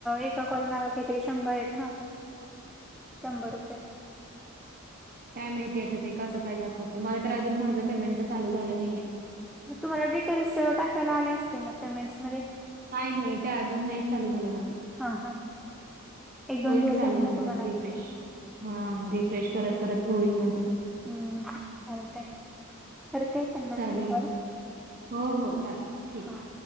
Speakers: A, in the centre; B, on the right.
A: एका कॉल मागा काहीतरी शंभर आहेत. ना
B: <inaudible>
A: शंभर रुपये
B: काय माहिती अता ते कसं काय दाखवतेय मला तर अजून माझं पेमेंटच चालू झालं नाहीये.
A: मग तुम्हाला डिटेल्स सेव्ह टाकायला आले असतील. ना पेमेंटस मध्ये
B: काय नाही ते अजून नाहीच चालू झालं माझं.
A: हा हा. एक दोन
B: होईल
A: दिवस
B: चालू
A: झाले
B: म्हणतात
A: ना तुम्हाला
B: रितेश. हा रिफ्रेश करत करत होईल म्हणतात.
A: हम्म चालतय करते त्यांना
B: चालेल
A: मी कॉल
B: मग हो हो चालेल ठीक
A: हा
B: आहे.